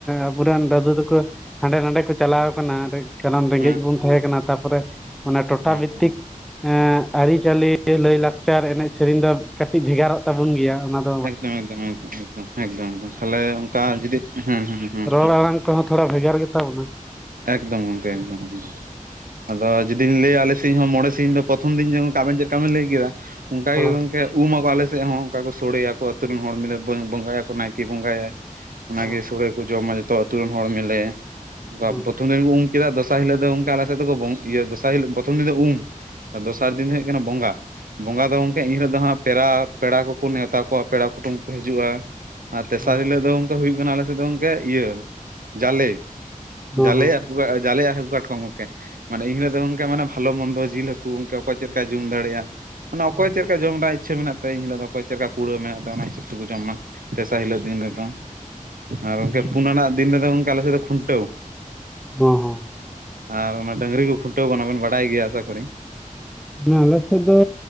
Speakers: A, in the centre; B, on the right.
A: ᱟᱵᱚᱨᱮᱱ ᱫᱟᱹᱫᱩ ᱛᱟᱠᱚ ᱦᱟᱸᱰᱮ ᱱᱟᱰᱮ ᱠᱚ ᱪᱟᱞᱟᱣ ᱠᱟᱱᱟ ᱥᱱᱟᱢ ᱨᱮᱸᱜᱮᱡ
B: ᱦᱮᱸ
A: ᱵᱚᱱ ᱛᱟᱦᱮᱸ ᱠᱟᱱᱟ ᱛᱟᱨᱯᱚᱨᱮ ᱢᱟᱱᱮ ᱴᱚᱴᱷᱟ
B: ᱦᱮᱸ
A: ᱵᱷᱤᱛᱛᱤᱠ
B: ᱦᱮᱸ
A: ᱟᱹᱨᱤᱪᱟᱹᱞᱤ ᱞᱟᱹᱭ ᱞᱟᱠᱪᱟᱨ ᱮᱱᱮᱡ ᱥᱮᱨᱮᱧ ᱫᱚ ᱠᱟᱹᱴᱤᱡ ᱵᱷᱮᱜᱟᱨᱚᱜ ᱛᱟᱵᱚᱱ ᱜᱮᱭᱟ ᱚᱱᱟ ᱵ
B: ᱮᱠᱫᱚᱢ ᱮᱠᱫᱚᱢ ᱮᱠᱫᱚᱢ ᱮᱠᱫᱚᱢ ᱮᱠᱫᱚᱢ ᱮᱠᱫᱚᱢ ᱛᱟᱦᱚᱞᱮ ᱚᱱᱠᱟ ᱡᱩᱫᱤ ᱦᱮᱸ ᱦᱮᱸ ᱦᱮᱸ
A: ᱥᱤᱚᱲ ᱟᱲᱟᱝ <inaudible> <inaudible> ᱛᱟᱹᱣ ᱦᱚᱸ ᱛᱷᱚᱲᱟ ᱵᱷᱮᱜᱟᱨ ᱜᱮᱛᱟ ᱵᱚᱱᱟ
B: ᱮᱠᱫᱚᱢ ᱜᱚᱢᱠᱮ ᱮᱠᱫᱚᱢ ᱮᱠᱫᱚᱢ ᱟᱫᱚ ᱡᱩᱫᱤᱧ ᱞᱟᱹᱭᱟ ᱟᱞᱮ ᱥᱮᱫ ᱦᱚᱸ ᱢᱚᱬᱮ ᱥᱤᱧ ᱤ ᱫᱚ ᱯᱨᱚᱛᱷᱚᱢ ᱫᱤᱱ ᱟᱵᱮᱱ ᱪᱮᱫ ᱞᱮᱠᱟᱠᱟ ᱵᱮᱱ ᱞᱟᱹᱭ ᱠᱮᱫᱟ ᱚᱱᱠᱟ
A: ᱦᱚᱸ
B: ᱜᱮ ᱜᱚᱝᱠᱮ ᱩᱢᱟᱠᱚ ᱟᱞᱮᱥᱮᱫ ᱦᱚᱸ ᱚᱱᱠᱟ ᱠᱚ ᱥᱚᱲᱮ ᱭᱟᱠᱚ ᱟᱛᱩᱨ ᱨᱮᱱ ᱦᱚᱲ ᱦᱚᱲ ᱢᱞᱮ ᱵᱚᱸᱜᱟ ᱭᱟᱠᱚ ᱱᱟᱭᱠᱮ ᱵᱚᱸᱜᱟᱭᱟᱭ ᱚᱱᱟᱜᱮ
A: ᱦᱚᱸ
B: ᱥᱳᱚᱲᱮ ᱠᱚ ᱡᱚᱢᱟ ᱡᱚᱛᱚ ᱟᱛᱳ ᱨᱮᱱ ᱦᱚᱲᱢᱤᱞᱮ
A: ᱦᱚᱸ
B: ᱯᱨᱚᱛᱷᱚᱢ ᱫᱤᱱ ᱠᱚ ᱩᱢ ᱠᱮᱫᱟ ᱫᱚᱥᱟᱨ ᱦᱤᱞᱳᱜ ᱫᱚ ᱟᱞᱮ ᱥᱮᱫ ᱫᱚᱠᱚ ᱫᱚᱥᱟᱨ ᱦᱤᱞᱳᱜ ᱯᱨᱚᱛᱷᱚᱢ ᱫᱤᱱ ᱫᱚ ᱩᱢ ᱫᱚᱥᱟᱨ
A: ᱦᱚᱸ
B: ᱫᱤᱱ ᱫᱚ ᱦᱩᱭᱩᱜ ᱠᱟᱱᱟ ᱵᱚᱸᱜᱟ ᱵᱚᱸᱜᱟ ᱫᱚ ᱜᱚᱢᱠᱮ ᱮᱱᱦᱤᱞᱳ ᱫᱚ ᱦᱟᱸᱜ ᱯᱮᱲᱟ ᱯᱮᱲᱟ ᱠᱚᱠᱚ ᱱᱮᱣᱛᱟ ᱠᱚᱣᱟ ᱯᱮᱲᱟ ᱠᱩᱴᱩᱢ ᱠᱚ ᱦᱤᱡᱩᱜᱼᱟ ᱟᱨ ᱛᱮᱥᱟᱨ
A: ᱦᱚᱸ
B: ᱦᱤᱞᱟᱹᱜ ᱫᱚ ᱦᱩᱭᱩᱜ ᱠᱟᱱᱟ ᱟᱞᱮᱥᱮᱫ ᱫᱚ ᱜᱚᱢᱠᱮ ᱤᱭᱟᱹ ᱡᱟᱞᱮ
A: ᱦᱚᱸ ᱦᱚᱸ
B: ᱡᱟᱞᱮ ᱟᱨ ᱦᱟᱹᱠᱩ ᱡᱟᱞᱮᱭᱟᱜ ᱦᱟᱹᱠᱩ ᱠᱟᱴᱠᱚᱢ ᱜᱚᱢᱠᱮ ᱢᱟᱱᱮ ᱮᱱ ᱦᱤᱞᱳᱜ ᱫᱚ ᱜᱚᱝᱠᱮ ᱢᱟᱱᱮ ᱵᱷᱟᱞᱚ ᱢᱚᱱᱫᱚ ᱡᱤᱞ ᱦᱟᱹᱠᱩᱠ ᱚᱠᱚᱭ ᱪᱮᱫᱞᱠᱟᱭ ᱡᱚᱢ ᱫᱟᱲᱮᱭᱟᱜᱼᱟ ᱢᱟᱱᱮ
A: ᱦᱚᱸ
B: ᱚᱭ ᱪᱮᱫᱞᱮᱠᱟ ᱡᱚᱢ ᱫᱟᱲᱮᱭᱟᱜ-ᱟ ᱤᱪᱷᱟᱹ ᱢᱮᱱᱟᱜ ᱛᱟᱭᱟ ᱮᱱᱦᱤᱞᱳᱜ ᱫᱚ ᱚᱠᱚᱭ ᱪᱮᱫ ᱞᱮᱠᱟ ᱠᱩᱲᱟᱹᱣ ᱢᱮᱱᱟᱜ ᱛᱟᱭᱟ ᱚᱱᱟ ᱦᱤᱥᱟᱹᱵᱽ ᱛᱮᱠᱚ ᱡᱚᱢ ᱢᱟ ᱫᱥᱟᱨ ᱦᱤᱞᱳᱜ ᱫᱤᱱ ᱨᱮᱫᱚ ᱟᱨ ᱜᱚᱝᱠᱮ
A: ᱦᱚᱸ
B: ᱯᱩᱱᱟ ᱨᱮᱱᱟᱜ ᱫᱤᱱ ᱨᱮ ᱫᱚ ᱜᱚᱝᱠᱮ ᱟᱞᱮ ᱥᱮᱫ ᱫᱚ ᱠᱷᱩᱱᱴᱟᱹᱣ
A: ᱵ <inaudible> ᱦᱚᱸ
B: ᱟᱨ ᱚᱱᱟ ᱰᱟᱹᱝᱨᱤ ᱠᱚ ᱠᱷᱩᱱᱴᱟᱹᱣ ᱠᱚᱣᱟᱱ ᱚᱱᱟ ᱵᱮᱱ ᱵᱟᱰᱟᱭ ᱜᱮᱭᱟ ᱟᱥᱟ ᱠᱚᱨᱮᱤ
A: ᱢᱟᱱ ᱟᱞᱮᱥᱮᱫ ᱫᱚ